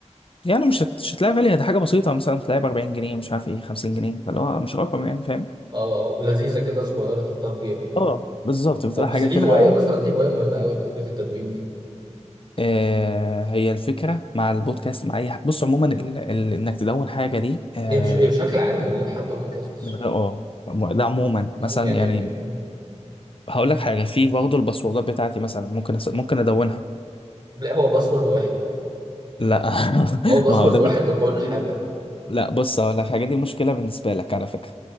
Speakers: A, on the left (about 45°); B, on the right (about 35°).
A: يعني مش هت- مش هتلاقي غالية دي حاجة بسيطة مثلا تلاقي ب 40 جنيه مش عارف ايه 50 جنيه فاللي هو مش رقم يعني فاهم
B: اه ولذيذة كده صغيرة تحطها في جيبك يعني
A: اه بالظبط بتبقى
B: اه بس
A: حاجة
B: دي
A: كده
B: هواية مثلا دي هواية مهمة قوي فكرة التدوين دي
A: آه هي الفكرة مع البودكاست
B: مم.
A: مع أي حاجة بص عموما ال... ال... إنك تدون حاجة دي آه
B: هي بش... هي بشكل عام من غير حتى بودكاست
A: من غير اه ده عموما
B: مم.
A: مثلا
B: يعني
A: يعني
B: مم.
A: هقول
B: مم.
A: لك حاجة في برضه الباسوردات بتاعتي مثلا ممكن أس... ممكن أدونها
B: لا هو باسورد واحد
A: لا <laughs>
B: هو باسورد
A: ما هو ده
B: واحد لكل حاجة
A: لا بص هقول لك حاجه دي مشكله بالنسبه لك على فكره